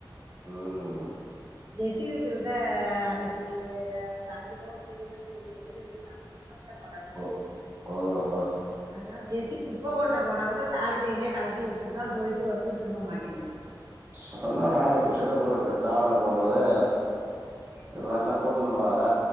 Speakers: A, on the right; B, on the right.
A: உம்
B: ஜெஸ்ஸி வீட்டுகிட்ட அன்னைக்கி ஒரு அஞ்சு பவுன் செய்ன திருடி திருடிட்டாங்கலா பட்ட பகல்ல
A: ஓ ஓஹோ!
B: அதனால ஜெசி குப்ப கொட்ட போனா கூட தாலி செய்னே கழட்டி வெச்சி தா போய்ட்டு வந்து திருப்ப மாட்டிக்குது
A: சொன்னா நானு உங்க சித்தப்பனுக்கு டிராவல்ல போகும்போதே இந்த மாரில போட் தூம்பாத